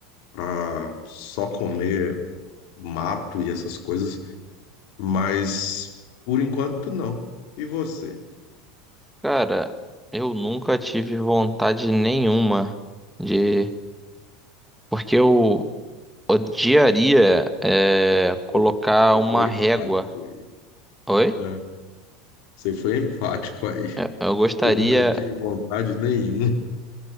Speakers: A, on the left; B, in the centre.
A: para só comer mato e essas coisas, mas por enquanto não. E você?
B: Cara, eu nunca tive vontade nenhuma de. Porque eu odiaria é, colocar
A: Foi- Você
B: uma
A: foi
B: régua.
A: enfático aí.
B: Oi?
A: né? Você foi enfático aí.
B: Eu eu gostaria.
A: Eu nunca tive vontade nenhuma.